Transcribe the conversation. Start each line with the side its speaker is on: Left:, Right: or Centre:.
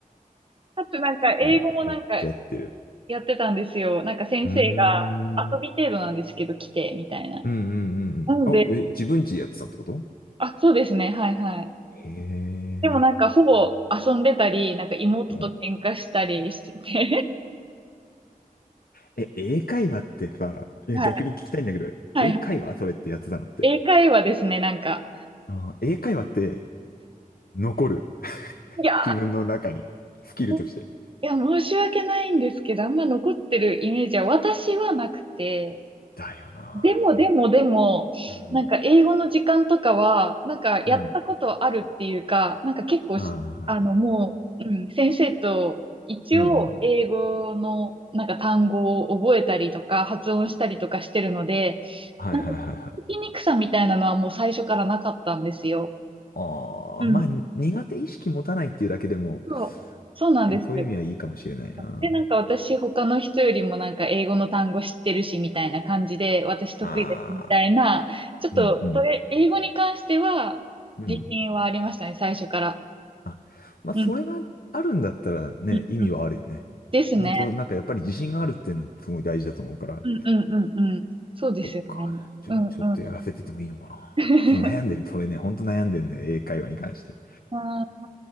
Right: かつなんか英語もなんか
Left: う。いいじゃん。めっちゃやってる。
Right: やってたんですよ。なんか先生が遊び程度なんですけど来て、
Left: うーん。うん
Right: みたいな。
Left: うんうんうん。
Right: なので、
Left: あ、え、自分ちやってたってこと
Right: あ、そうですね、はいはい。
Left: へ
Right: でもなんかほぼ遊んでたり、
Left: え。
Right: なんか妹と喧嘩したりしてて、
Left: うんえ、英会話ってさ、いや逆に聞きたいんだけど、
Right: <laughs> はいは
Left: 英会話それってやってたのって。
Right: い。英会話ですね、なんか。
Left: あの英会話って残る。<laughs>
Right: いや
Left: 自分の中に。スキルとして。
Right: ー、いや、申し訳ないんですけど、あんま残ってるイメージは私はなくて、
Left: だよな
Right: でもでもでも、
Left: ぁ。うん。
Right: なんか英語の時間とかは、なんかやったことあるっていうか、
Left: うん。
Right: なんか結構し、
Left: ああ、
Right: あのもう、うん、先生と一応英語のなんか単語を覚えたりとか発音したりとかしてるので、
Left: うんうん。はいはいはいはい。
Right: なんか聞きにくさみたいなのはもう最初からなかったんですよ。
Left: ああ、
Right: うん。
Left: まあ、苦手意識持たないっていうだけでも、
Right: そう、そうなんです。
Left: 確かにそういう意味はいいかもしれないな。
Right: うん。で、なんか私、他の人よりもなんか英語の単語知ってるし、みたいな感じで、私得意ですみたいな、
Left: ああ、
Right: ちょっと、
Left: うんうん。
Right: それ、英語に関しては、
Left: うん。
Right: 自信はありましたね、最初から。
Left: あまあ、
Right: うん、
Left: それがあるんだったらね、
Right: うん、
Left: 意味はあるよね。
Right: うん。ですね。
Left: 本当なんかやっぱり自信があるっていうのすごい大事だと思うから。
Right: うん、うん、うん、うん。そうですよね。
Left: そっか。じゃあちょっとやらせててもいいのかな。
Right: うん、うん。<laughs>
Left: ちょっと悩んでる。それね、本当悩んでるんだよ。英会話に関して。
Right: まあ、